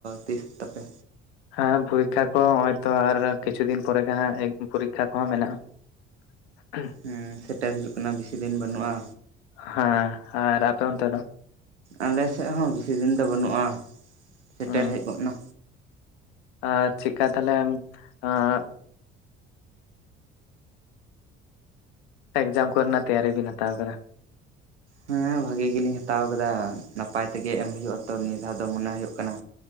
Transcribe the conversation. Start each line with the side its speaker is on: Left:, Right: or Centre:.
Right: ᱛᱤᱥ ᱛᱟᱯᱮ?
Left: ᱦᱮᱸ ᱯᱚᱨᱤᱠᱠᱷᱟ ᱠᱚ ᱦᱚᱜᱼᱚᱭ ᱛᱚ ᱟᱨ ᱠᱤᱪᱷᱩ ᱫᱤᱱ ᱯᱚᱨᱮ ᱜᱮ ᱦᱟᱸᱜ ᱯᱚᱨᱤᱠᱠᱷᱟ ᱠᱚᱦᱚᱸ ᱢᱮᱱᱟᱜᱼᱟ᱾ <inaudible>
Right: ᱦᱩᱸ ᱥᱮᱴᱮᱨ ᱦᱤᱡᱩᱜ ᱠᱟᱱᱟ ᱵᱤᱥᱤ ᱫᱤᱱ ᱵᱟᱹᱱᱩᱜᱼᱟ᱾
Left: ᱦᱟᱸ ᱟᱨ ᱟᱯᱮ ᱚᱱᱛᱮ ᱫᱚ?
Right: ᱟᱞᱮ ᱥᱮᱜ ᱦᱚᱸ ᱵᱤᱥᱤ ᱫᱤᱱ ᱫᱚ ᱵᱟᱹᱱᱩᱜᱼᱟ, ᱥᱮᱴᱮᱨ
Left: ᱦᱩᱸ
Right: ᱦᱮᱡ ᱜᱚᱫ ᱱᱟ᱾
Left: ᱟᱨ ᱪᱮᱜᱠᱟ ᱛᱟᱦᱞᱮᱢ ᱟᱸ ᱮᱠᱡᱟᱢ ᱠᱚᱨᱮ ᱱᱟᱜ ᱛᱮᱭᱟᱨᱤ ᱵᱤᱱ ᱦᱟᱛᱟᱣ ᱠᱟᱫᱟ᱾
Right: ᱦᱮᱸ ᱵᱷᱟᱹᱜᱮ ᱜᱮᱞᱤᱧ ᱦᱟᱛᱟᱣ ᱠᱟᱫᱟ ᱱᱟᱯᱟᱭ ᱛᱮᱜᱮ ᱮᱢ ᱦᱩᱭᱳᱜ-ᱟ ᱛᱚ ᱱᱤᱭᱟᱹ ᱫᱷᱟᱣ ᱫᱚ ᱢᱚᱱᱮ ᱦᱩᱭᱩᱜ ᱠᱟᱱᱟ